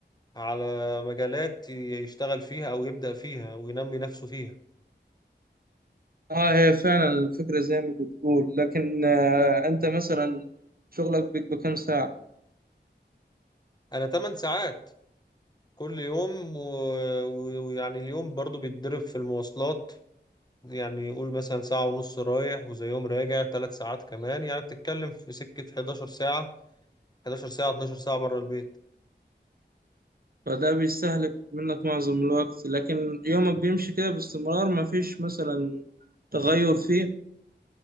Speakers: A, on the left; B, on the right.
A: على مجالات يشتغل فيها او يبدأ فيها وينمي نفسه فيها
B: اه هي فعلا الفكره زي ما بتقول لكن آه انت مثلا شغلك بيبقى كام ساعه
A: انا 8 ساعات كل يوم ويعني و- و- ويعني اليوم برضو بيتضرب في المواصلات يعني قول مثلا ساعة ونص رايح وزيهم راجع ثلاث ساعات كمان يعني بتتكلم في سكة 11 ساعة 11 ساعة 12 ساعة بره البيت
B: فده بيستهلك منك معظم الوقت لكن يومك بيمشي كده باستمرار مفيش مثلا تغير فيه